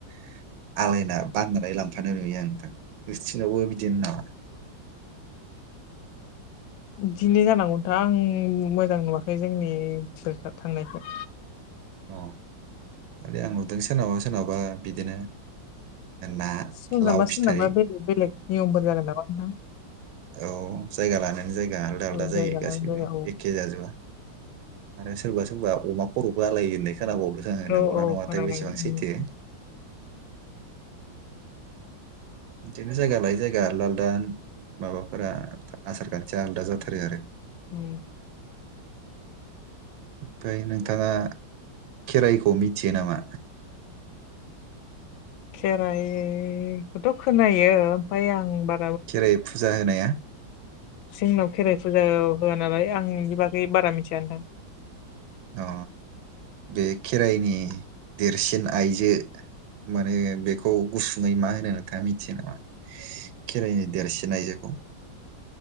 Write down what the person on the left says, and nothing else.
बिदिनो जानांगौ नोंथां आं मोजां नुवाखै जोंनि थांनायखौ
सोरनामा
सोरनामा बेलेग बेलेग नियमफोर जागोन नामा नोंथां।
औ
जायगा
लायै जायगा औ
औ
औ
खोनादों
उम।
खेराइखौथ' खोनायो ओमफा आं बा
जोंनाव खेराइ फुजा अ होआ नालाय आं बिनि बागै बारा मिथिया नोथां।